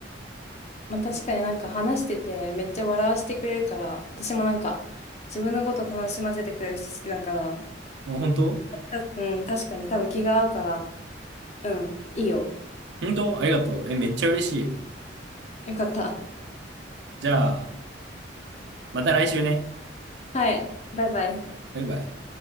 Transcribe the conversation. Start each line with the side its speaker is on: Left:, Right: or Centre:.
Left: まあ、確かになんか話しててめっちゃ笑わせてくれるから、私もなんか自分のこと楽しませてくれる人好きだから、
Right: もう本当
Left: た、うん、確かに多分気が合うから、うん、いいよ。
Right: 本当ありがとう。え、めっちゃ嬉しい。
Left: よかった。
Right: じゃあ、また来週ね。
Left: はい、バイバイ。
Right: バイバイ。